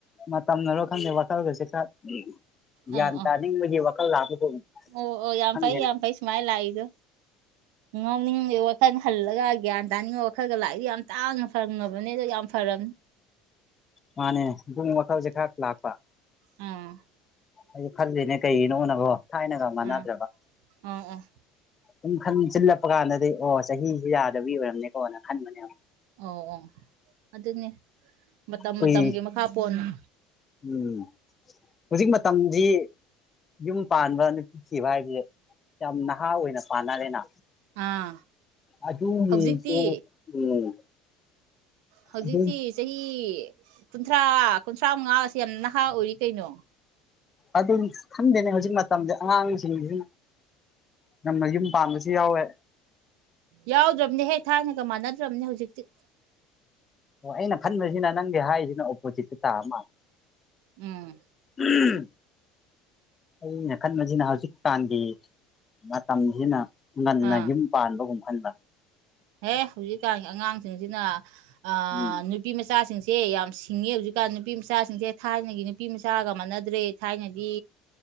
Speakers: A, on the left; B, on the right.
A: ꯃꯇꯝꯅꯔꯣ ꯈꯪꯗꯦ ꯋꯥꯈꯜꯒꯁꯦ ꯈꯔ ꯒ꯭ꯌꯥꯟ
B: ꯑꯥ ꯑꯥ
A: ꯇꯥꯅꯤꯡꯕꯒꯤ ꯋꯥꯈꯜ ꯂꯥꯛꯄꯒꯨꯝ
B: ꯑꯣ ꯑꯣ ꯌꯥꯝ
A: ꯈꯪꯗꯦꯅꯦ
B: ꯐꯩ ꯌꯥꯝ ꯐꯩ ꯁꯨꯃꯥꯏꯅ ꯂꯥꯛꯏꯗꯣ ꯉꯥꯎꯅꯤꯡ ꯋꯥꯈꯜ ꯍꯜꯂꯒ ꯒ꯭ꯌꯥꯟ ꯇꯥꯅꯤꯡꯕ ꯋꯥꯈꯜꯒ ꯂꯥꯛꯏꯗꯤ ꯌꯥꯝ ꯇꯥꯡꯅ ꯐꯪꯉꯕꯅꯦ ꯑꯗꯣ ꯌꯥꯝ ꯐꯔꯕꯅꯤ
A: ꯃꯥꯅꯦ ꯑꯗꯨꯨꯡ ꯋꯥꯗꯜꯁꯦ ꯈꯔ ꯂꯥꯛꯄ
B: ꯑꯣ
A: ꯑꯩꯁꯨ ꯈꯜꯂꯤꯅꯦ ꯀꯩꯒꯤꯅꯣꯅꯕꯣ ꯊꯥꯏꯅꯒ ꯃꯥꯟꯅꯗ꯭ꯔꯦꯕ
B: ꯑꯥ ꯑꯥ ꯑꯥ
A: ꯑꯗꯨꯨꯝ ꯈꯟ ꯆꯤꯜꯂꯛꯄ ꯀꯥꯟꯗꯗꯤ ꯑꯣ ꯆꯍꯤꯁꯤ ꯌꯥꯗꯕꯒꯤ ꯑꯣꯏꯔꯝꯅꯤꯀꯣꯅ ꯈꯟꯕꯅꯦꯕ
B: ꯑꯣ ꯑꯣ ꯑꯗꯨꯅꯦ ꯃꯇꯝ
A: ꯀꯨꯏ
B: ꯃꯇꯝꯒꯤ ꯃꯈꯥ ꯄꯣꯟꯅ
A: ꯎꯝ ꯍꯨꯖꯤꯛ ꯃꯇꯝꯗꯤ ꯌꯨꯝ ꯄꯥꯟꯕ ꯅꯨꯄꯤ ꯊꯤꯕ ꯍꯥꯏꯕꯁꯦ ꯌꯥꯝ ꯅꯍꯥ ꯑꯣꯏꯅ ꯄꯥꯅꯔꯦꯅ
B: ꯑꯥ
A: ꯑꯗꯨꯒꯤꯗꯨ
B: ꯍꯧꯖꯤꯛꯇꯤ
A: ꯎꯝ
B: ꯍꯧꯖꯤꯛꯇꯤ
A: ꯑꯗꯨ
B: ꯆꯍꯤ ꯀꯨꯟꯊ꯭ꯔꯥ ꯀꯨꯟꯊ꯭ꯔꯥ ꯃꯉꯥ ꯑꯁꯤ ꯌꯥꯝ ꯅꯍꯥ ꯑꯣꯏꯔꯤ ꯀꯩꯅꯣ
A: ꯑꯗꯨꯝ ꯈꯟꯗꯦꯅꯦ ꯍꯧꯖꯤꯛ ꯃꯇꯝꯗꯤ ꯑꯉꯥꯡꯁꯤꯡꯁꯤ ꯉꯟꯅ ꯌꯨꯝ ꯄꯥꯟꯕꯁꯨ ꯌꯥꯎꯋꯦ
B: ꯌꯥꯎꯗ꯭ꯔꯝꯅꯦ ꯍꯦ ꯊꯥꯏꯅꯒ ꯃꯥꯟꯅꯗ꯭ꯔꯝꯅꯦ ꯍꯧꯖꯤꯛꯇꯤ
A: ꯑꯣ ꯑꯩꯅ ꯈꯟꯕꯁꯤꯅ ꯅꯪꯒꯤ ꯍꯥꯏꯔꯤꯁꯤꯅ ꯑꯣꯄꯣꯖꯤꯠꯇ ꯇꯥꯕ ꯃꯥꯜ
B: ꯎꯝ
A: ꯎꯝ ꯑꯩꯅ ꯈꯟꯕꯁꯤꯅ ꯍꯧꯖꯤꯛ ꯀꯥꯟꯒꯤ ꯃꯇꯝꯁꯤꯅ ꯉꯟꯅ
B: ꯑꯥ
A: ꯌꯨꯝ ꯄꯥꯟꯕꯒꯨꯝ ꯈꯟꯕ
B: ꯍꯦ ꯍꯧꯖꯤꯛꯀꯥꯟꯒꯤ ꯑꯉꯥꯡꯁꯤꯡꯁꯤꯅ ꯑꯥ
A: ꯎꯝ
B: ꯅꯨ ꯅꯨꯄꯤ ꯃꯆꯥꯁꯤꯡꯁꯦ ꯌꯥꯝ ꯁꯤꯡꯉꯦ ꯍꯧꯖꯤꯛꯀꯥꯟ ꯅꯨꯄꯤ ꯃꯆꯥꯁꯤꯡꯁꯦ ꯊꯥꯏꯅꯒꯤ ꯅꯨꯄꯤ ꯅꯨꯄꯤ ꯃꯆꯥꯒ ꯃꯥꯟꯅꯗ꯭ꯔꯦ ꯊꯥꯏꯅꯗꯤ